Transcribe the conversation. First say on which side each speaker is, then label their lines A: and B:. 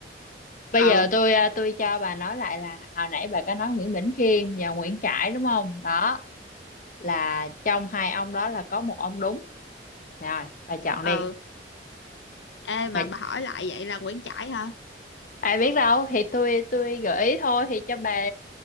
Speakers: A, on the left (about 45°); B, on the left (about 75°).
A: Bây
B: ừ
A: giờ tôi à, tôi cho bà nói lại là hồi nãy bà có nói Nguyễn Bỉnh Khiêm và Nguyễn Trãi đúng không? Đó là trong hai ông đó là có một ông đúng. Rồi, bà chọn đi.
B: ừ ê mà
A: Bà,
B: bà hỏi lại vậy là Nguyễn Trãi hả
A: ai biết đâu thì tôi tôi gợi ý thôi thì cho bà